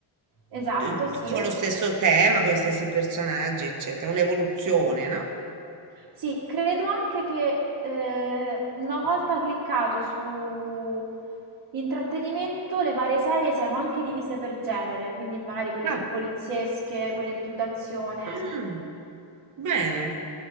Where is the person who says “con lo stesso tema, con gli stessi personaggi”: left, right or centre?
Right